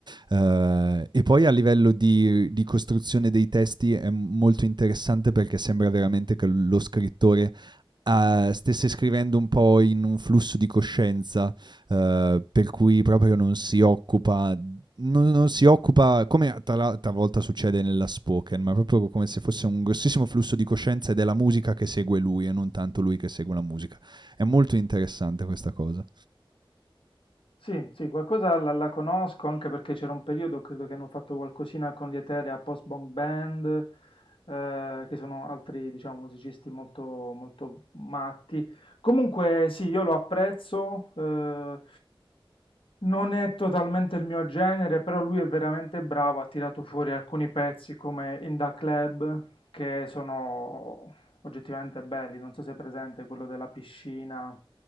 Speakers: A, on the right (about 50°); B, on the left (about 70°).
A: Eh, e poi a livello di, di costruzione dei testi è molto interessante perché sembra veramente che lo scrittore ah, stesse scrivendo un po' in un flusso di coscienza, eh, per cui proprio non si occupa non, non si occupa, come tal- talvolta succede nella spoken, ma proprio come se fosse un grossissimo flusso di coscienza ed è la musica che segue lui e non tanto lui che segue la musica. È molto interessante questa cosa.
B: Sì, sì, qualcosa la, la conosco anche perché c'era un periodo, credo che hanno fatto qualcosina con gli Eterea Post Bong Band, eh, che sono altri, diciamo, musicisti molto, molto matti. Comunque, sì, io lo apprezzo, eh, non è totalmente il mio genere, però lui è veramente bravo, ha tirato fuori alcuni pezzi come In Da Club, che sono oggettivamente belli, non so se è presente quello della piscina.